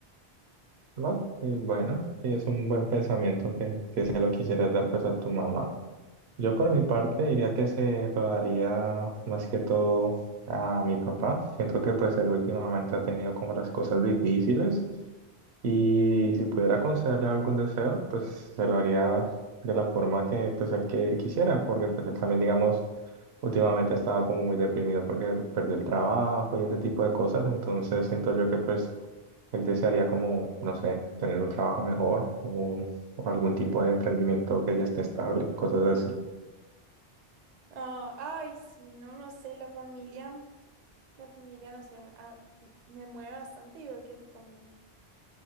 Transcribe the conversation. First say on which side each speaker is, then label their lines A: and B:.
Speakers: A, on the right (about 75°); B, on the right (about 55°).
A: Bueno, y bueno, sí es un buen pensamiento que, que si se lo quisieras dar pues a tu mamá. Yo por mi parte diría que se lo daría más que todo a mi papá. Siento que pues él últimamente ha tenido como las cosas difíciles y si pudiera concederle algún deseo, pues se lo haría de la forma que pues el que él quisiera, porque pues él también digamos últimamente ha estado como muy deprimido porque perdió el trabajo y ese tipo de cosas, entonces siento yo que pues él desearía como, no sé, tener un trabajo mejor o, o algún tipo de emprendimiento que ya esté estable, cosas así.
B: Ah, ay, sí, no, no sé, la familia, la familia, no sé, me, ah, me mueve bastante y veo que a ti también.